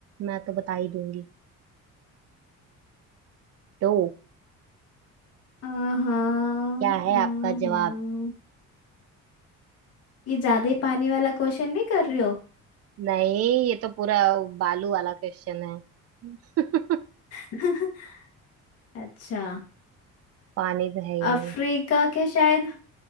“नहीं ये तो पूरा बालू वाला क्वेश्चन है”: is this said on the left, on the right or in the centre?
Right